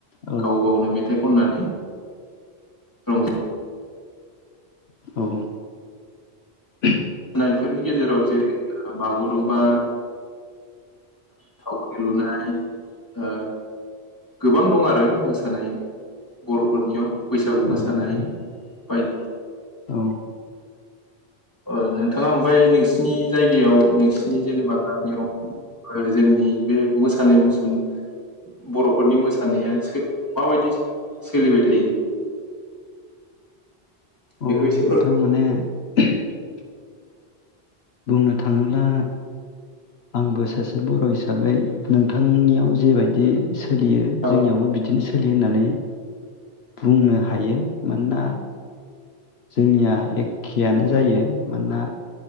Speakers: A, on the left (about 75°); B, on the left (about 20°).
A: औ
B: गाव गावनो मेथाइ खननान रंजा
A: औ ।
B: नायफोरनि गेजेराव जेरै बागुरुमबा थावख्रि लुनाय ओ गोबां दं आरो मोसानाय बर'फोरनियाव । बैसागु
A: औ
B: मोसानाय बाय
A: औ
B: ओ नोंथाङा ओमफ्राय नोंसिनि जायगायाव नोंसिनि जेनेबा गामियाव जोंनि बे मोसानाय मुसुर बर'फोरनि मोसानाया माबायदि सोलिबाय थायो?
A: अ
B: बेखौ एसे
A: नोंथां माने <inaudible> बुंनो थाङोब्ला आंबो सासे बर' हिसाबै नोंथांनियाव जेबायदि सोलियो
B: फोर
A: जोंनियावबो बिदिनो सोलियो होननानै बुंनो हायो । मानोना जोंनिया एखेआानो जायो मानोना